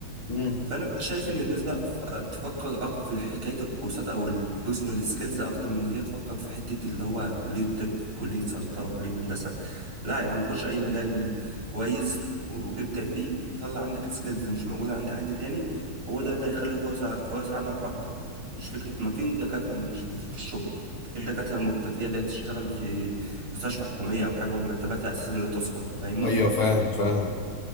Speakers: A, on the left; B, on the right.
A: امم
B: فانا بقى شايف ان الناس بقى ف- تفكر أك- في حكايه الكورسات او البيرسونال سكيلز اكتر من ان هي تفكر في حته اللي هو كليه طب كليه صيدله كليه هندسه لا يا عم خش اي مجال كويس وابدع فيه وطلع عندك سكيلز مش موجوده عند حد تاني هو ده اللي هيخلي فرص فرص عملك اكتر مش فكره ما في دكاتره مش ما فيش شغل في دكاترة مكتفية اللي هي تشتغل في مستشفى حكومية أو حاجة ومرتباتها أساسا لا تسقط فاهمني؟
A: ايوه فاهم فاهم